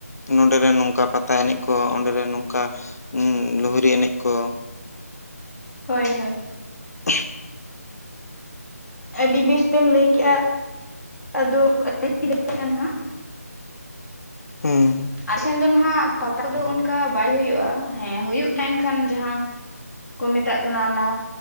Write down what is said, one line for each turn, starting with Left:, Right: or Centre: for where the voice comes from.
Left: ᱱᱚᱰᱮ ᱨᱮᱱ ᱱᱚᱝᱠᱟ ᱯᱟᱛᱟ ᱮᱱᱮᱡ ᱠᱚ ᱚᱸᱰᱮ ᱨᱮᱱ ᱱᱚᱝᱠᱟ ᱞᱩᱦᱤᱨᱤ ᱮᱱᱮᱡ ᱠᱚ
Centre: ᱦᱳᱭ ᱦᱳᱭ
Left: <inaudible>
Centre: ᱟᱹᱰᱤ ᱵᱮᱥ ᱵᱤᱱ ᱞᱟᱹᱭ ᱠᱮᱜᱼᱟ ᱟᱫᱚ <inaudible> ᱱᱟᱦᱟᱜ
Left: ᱦᱮᱸ
Centre: ᱟᱞᱮᱥᱮᱱ ᱫᱚ ᱦᱟᱸᱜ ᱯᱟᱛᱟ ᱠᱚᱫᱚ ᱚᱱᱠᱟ ᱵᱟᱭ ᱦᱩᱭᱩᱜᱼᱟ ᱦᱮᱸ ᱦᱩᱭᱩᱜ ᱜᱮᱭᱟ ᱮᱱ ᱠᱷᱟᱱ ᱡᱟᱦᱟᱸ ᱠᱚ ᱢᱮᱛᱟᱜ ᱠᱟᱱᱟ ᱚᱱᱟ